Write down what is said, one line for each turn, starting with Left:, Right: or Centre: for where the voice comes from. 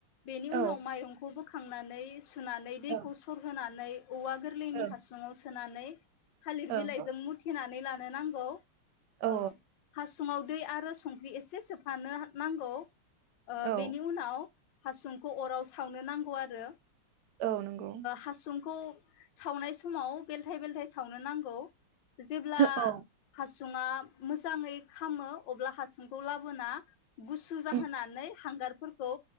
Left: बेनि
Right: औ
Left: उनाव माइरंखौ बोखांनानै सुनानै दैखौ
Right: ओं
Left: सरहोनानै औवा गोरलैनि
Right: ओं
Left: हासुङाव सोनानै थालिर
Right: ओं
Left: बिलाइजों मुथिनानै ला नो नांगौ
Right: औ
Left: अ' हासुंमाव दै आरो संख्रि ए एसे सोफानो नांगौ
Right: औ
Left: बेनि उनाव हासुंखौ अराव सावनो नांगौ आरो
Right: औ नंगौ
Left: हासुंखौ सावनाय समाव बेलथाय बेलथाय सावनो नांगौ जेब्ला
Right: औ
Left: हासुङा मोजाङै खामो अब्ला हासुंखौ लाबोना गुसु जाहोनानै
Right: उम
Left: हांगारफोरखौ